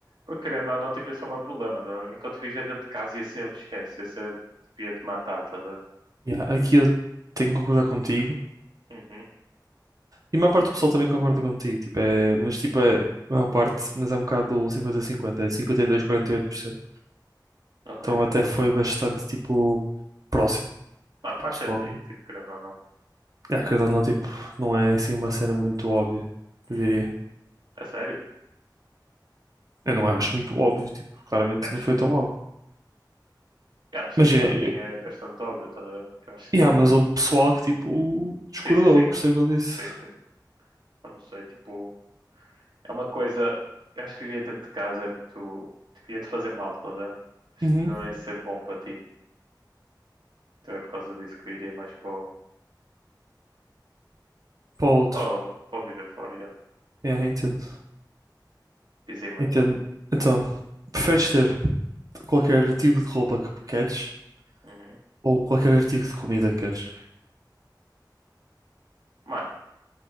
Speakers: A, on the right; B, on the right.
A: Porque querendo ou não, tipo, esse é o meu problema, tá? Enquanto viver dentro de casa ia ser, esquece, ia ser, tipo, ia te matar, estás a ver?
B: Yeah, aqui eu tenho que concordar contigo.
A: Uhum,
B: E a maior parte do pessoal também concorda contigo, tipo, é, mas tipo, é, a maior parte, mas é um bocado 50-50, é cinquenta e dois a quarenta e oito por cento
A: ok.
B: Então até foi bastante, tipo, próximo
A: Ah, faz
B: do pessoal.
A: sentido, tipo, querendo ou não.
B: É, querendo ou não, tipo, não é assim uma cena muito óbvia, eu
A: Uhum.
B: diria.
A: É sério?
B: Eu não acho muito óbvio, tipo, claramente
A: Acho.
B: não foi tão óbvio.
A: Eu acho,
B: Mas,
A: tipo,
B: é,
A: para
B: eu-
A: mim é bastante óbvio, tá? a ver? Eu acho que,
B: yeah,
A: tipo,
B: mas houve pessoal que, tipo, discordou,
A: sim, sim, sim,
B: por isso é que eu disse.
A: sim, sim. Eu não sei, tipo, é uma coisa, eu acho que viver dentro de casa é muito, tipo, ia-te fazer mal, tá? a ver? Acho
B: Uhum,
A: que não ia ser bom para ti. Então é por causa disso que eu iria mais para o,
B: para o outro.
A: para o- para o viver fora, já.
B: Yeah, entendo.
A: Dizem mais
B: Entendo.
A: um.
B: Então, preferes ter qualquer artigo de roupa que queres?
A: Uhum.
B: Ou qualquer artigo de comida queres?
A: Mano,